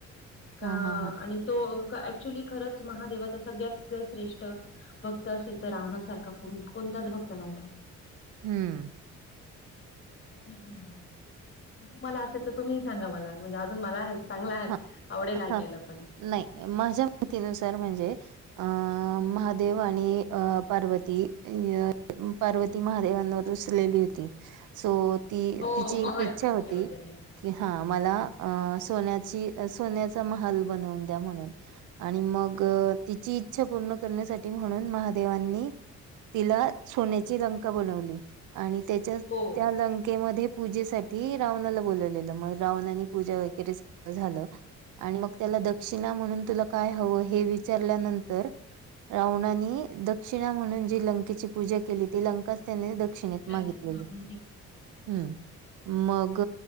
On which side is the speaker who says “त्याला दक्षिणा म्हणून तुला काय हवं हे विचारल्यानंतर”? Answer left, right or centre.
Right